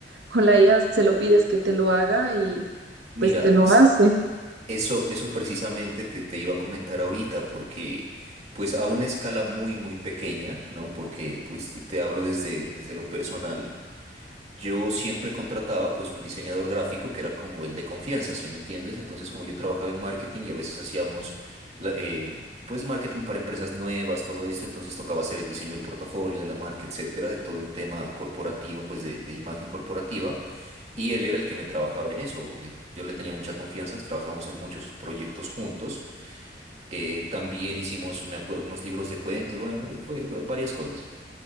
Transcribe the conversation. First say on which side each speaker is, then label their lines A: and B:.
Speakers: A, on the right; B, on the right.
A: con la IA se lo pides que te lo haga y
B: Mira,
A: pues te lo
B: es-
A: hace.
B: eso, eso precisamente te, te iba a comentar ahorita, porque pues a una escala muy, muy pequeña, ¿no? Porque pues te te hablo desde, desde lo personal. Yo siempre contrataba pues un diseñador gráfico que era como el de confianza, ¿sí me entiendes? Entonces como yo trabajaba en marketing y a veces hacíamos la- eh, pues marketing para empresas nuevas, todo esto, entonces tocaba hacer el diseño del portafolio, de la marca, etcétera, de todo el tema corporativo, pues de, de imagen corporativa. Y él era el que me trabajaba en eso. eh, Yo le tenía mucha confianza, pues, trabajamos en muchos proyectos juntos. eh, también hicimos me acue- unos libros de cuentos, bueno, fue fue varias cosas.